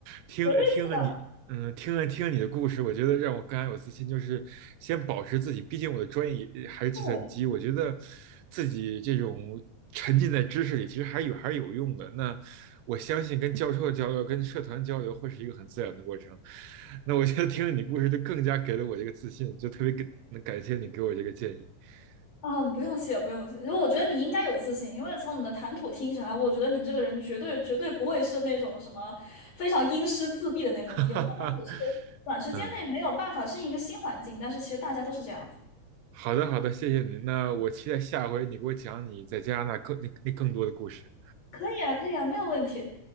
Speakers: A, on the right; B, on the left.
A: 听听了你，
B: 绝对是的。
A: 嗯，听了听了你的故事，我觉得让我更加有自信，就是先保持自己，毕竟我的专业也还是计算机，
B: 对
A: 我觉得自己这种沉浸在知识里，其实还有还是有用的。那我相信跟教授的交流、跟社团交流会是一个很自然的过程。那我觉得听了你故事，就更加给了我这个自信，就特别给能感谢你给我这个建议。<laughs>
B: 嗯，不用谢，不用谢。因为我觉得你应该有自信，因为从你的谈吐听起来，我觉得你这个人绝对绝对不会是那种什么非常阴湿自闭的那种，
A: 哈哈哈，
B: 你有可能只是短时间内没有办法适应一个新环境，
A: 嗯，
B: 但是其实大家都是这样的。
A: 好的好的，谢谢您。那我期待下回你给我讲你在加拿大更那那更多的故事。
B: 可以啊，可以啊，没有问题。